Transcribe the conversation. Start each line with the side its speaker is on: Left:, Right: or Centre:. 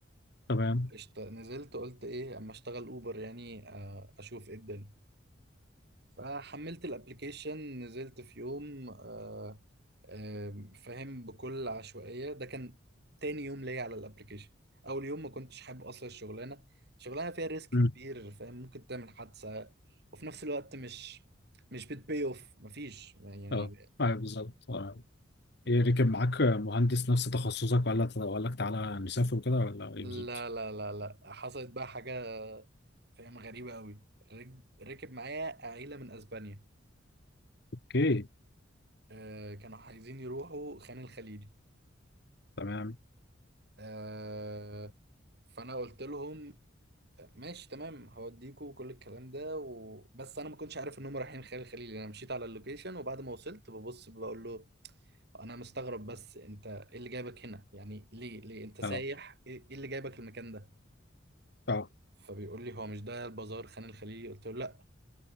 Left: تمام
Right: فنزلت قلت ايه اما اشتغل اوبر يعني آه، اشوف ايه الدنيا فحملت الابليكيشن نزلت في يوم آه، آه، فاهم بكل عشوائية ده كان تاني يوم ليا على الابليكيشن اول يوم ما كنتش حابب اصلا الشغلانة شغلانة فيها ريسك كبير
Left: امم
Right: فاهم ممكن تعمل حادثة وفي نفس الوقت مش مش بتبي اوف مفيش يعني
Left: اه ايوه بالظبط آه. ايه ركب معاك مهندس نفس تخصصك ولا ولا لك تعالى نسافر كده ولا ايه
Right: لا
Left: بالظبط
Right: لا لا لا حصلت بقى حاجة فاهم غريبة قوي ركب معايا عيلة من اسبانيا
Left: اوكي
Right: آه، كانوا عايزين يروحوا خان الخليلي
Left: تمام
Right: آه، فانا قلت لهم ماشي تمام هوديكوا وكل الكلام ده و... بس انا ما كنتش عارف انهم رايحين خان الخليلي انا مشيت على اللوكيشن وبعد ما وصلت ببص بقول له انا مستغرب بس انت ايه اللي جايبك هنا يعني ليه ليه انت سايح
Left: اه
Right: ايه إيه اللي جايبك المكان ده
Left: اه
Right: فبيقول لي هو مش ده البازار خان الخليلي قلت له لا